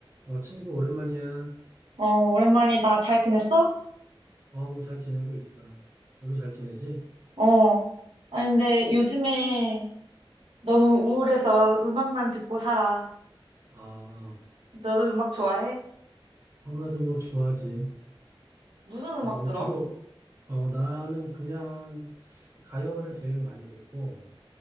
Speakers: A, on the right; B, on the right.
A: 어, 친구, 오랜만이야.
B: 어, 오랜만이다. 잘 지냈어?
A: 어, 뭐, 잘 지내고 있어. 너도 잘 지내지?
B: 어. 아니, 근데 요즘에 너무 우울해서 음악만 듣고 살아.
A: 아,
B: 너도 음악 좋아해?
A: 어, 나도 음악 좋아하지.
B: 무슨 음악
A: 어, 뭐
B: 들어?
A: 주로, 어, 나는 그냥 가요를 제일 많이 듣고,